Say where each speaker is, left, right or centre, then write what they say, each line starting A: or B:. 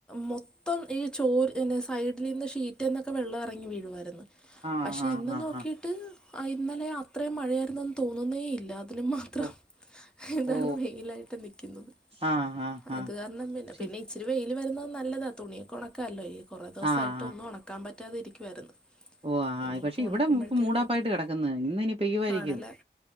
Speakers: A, in the centre; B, on the right (about 35°).
A: മൊത്തം ഈ ചോറ് ന്റെസൈഡിൽന്റെ ഷീറ്റയിട്ട് മറ്റന്നൊക്കെ വെള്ളം ഇറങ്ങി വീഴുായിരുന്നു
B: ആഹ്
A: പക്ഷെ
B: ആഹ് ആഹ്
A: ഇന്ന്
B: ആഹ്
A: നോക്കിയിട്ട്
B: ആഹ്
A: ആ ഇന്നലെ അത്രയും മഴയായിരുന്നുെന്ന് തോന്നുന്നേ ഇല്ല അതിന് മാത്രം
B: ഓ
A: ഇതാണ്
B: ഓ
A: വെയിലായിട്ട് നിക്കുന്നത്
B: ആഹ് ആഹ് ആഹ്
A: അത് കാരണം
B: ശി
A: പിന്നെ ഇച്ചിരി വെയിൽ വരുന്നത് നല്ലതാണ് തുണിയൊെ ഉണക്കമല്ലോ ഈ കുറ ദിവസമായിട്ട്
B: ആഹ്
A: ഒന്ന് ഉണക്ക ഒണക്കാൻ പറ്റാതെ ഇരിക്കുവായിരുന്നു
B: ഓഹ് ആ
A: ഇനിയിപ്പോൾ
B: പക്ഷെ ഇവിടെ
A: ഉണക്കുമ്പോഴത്തേക്ക്
B: ഇപ്പ മൂടാപ്പായിട്ട്
A: കുഴപ്പമില്ല
B: കിടക്കുന്നത് ഇന്ന് ഇനി പെയ്യുായിരിക്കും
A: ആണല്ലേ